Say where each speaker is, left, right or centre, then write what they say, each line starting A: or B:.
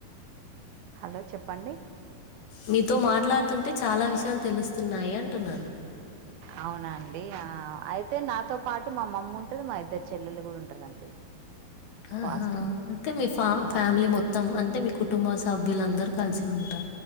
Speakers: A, on the right (about 80°); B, on the left (about 65°).
A: హలో చెప్పండి
B: మీతో మాట్లాడుతుంటే చాలా విషయాలు తెలుస్తయి తున్నాయి అంటున్నాను
A: అవునండి ఆ అయితే నాతో పాటు మా మమ్మి ఉంటది మా ఇద్దరు చెల్లెలు కూడా ఉంటారండి ఫాస్టింగ్
B: ఆహా అంటే మీ ఫ ఫ్యామిలీ
A: అట్లా
B: మొత్తం అంటే మీకు కుటుంబ సభ్యులంద అందరూ కలిసి ఉంటా